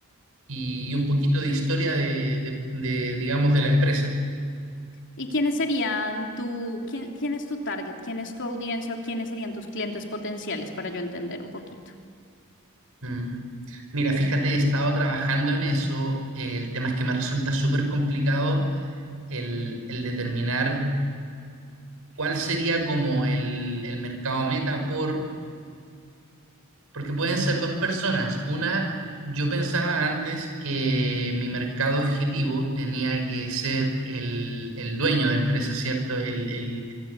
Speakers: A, on the right; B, on the left.
A: y, un poquito de historia de, de- de, digamos, de la empresa.
B: ¿Y quiénes serían tu, quién, quién es tu target? ¿Quién es tu audiencia o quiénes serían tus clientes potenciales para yo entender un poquito?
A: Mm. Mira, fíjate, he estado trabajando en eso. El tema es que me resulta súper complicado el, el determinar. ¿cuál sería como el, el mercado meta por, porque pueden ser dos personas. Una, yo pensaba antes que mi mercado objetivo tenía que ser el, el dueño de empresa, ¿cierto? El, el-